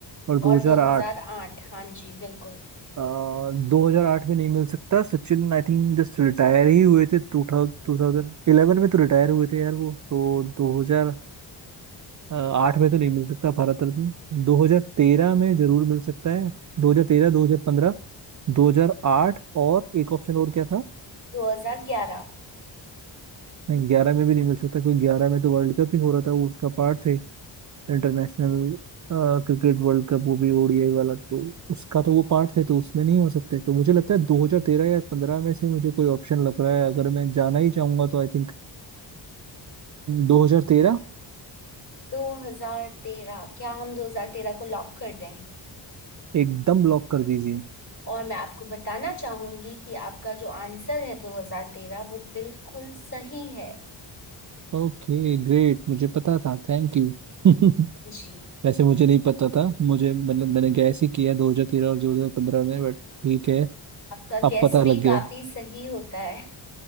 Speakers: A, on the right; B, on the left.
A: और 2008
B: और 2008 हाँ जी बिल्कुल
A: दो हजार आठ में नहीं मिल सकता Sachin I think just retire ही हुए थे टू थाउजेंड इलेवन में तो रिटायर हुए थे यार वो तो दो हजार आठ में तो नहीं मिल सकता भारत रत्न दो हजार तेरह में जरूर मिल सकता है दो हजार तेरह दो हजार पंद्रह दो हजार आठ और एक ऑप्शन और क्या था
B: 2011
A: नहीं ग्यारह में भी नहीं मिल सकता क्योंकि ग्यारह में तो वर्ल्ड कप ही हो रहा था वो उसका पार्ट थे इंटरनेशनल क्रिकेट वर्ल्ड कप वो भी ओडीआई वाला तो उसका तो वो पार्ट थे तो उसमें नहीं हो सकते तो मुझे लगता है 2013 या 15 में से मुझे कोई ऑप्शन लग रहा है अगर मैं जाना ही चाहूंगा तो आई थिंक 2013
B: 2013 क्या हम 2013 को लॉक कर दें
A: एकदम लॉक कर दीजिए
B: और मैं आपको बताना चाहूंगी कि आपका जो आंसर है 2013 वो बिल्कुल सही है
A: ओके ग्रेट मुझे पता था थैंक यू <laughs>
B: जी
A: वैसे मुझे नहीं पता था मुझे मतलब मैंने गैस ही किया 2013 और 2015 में बट ठीक है
B: आपका
A: अब
B: गैस
A: पता
B: भी
A: लग गया
B: काफी सही होता है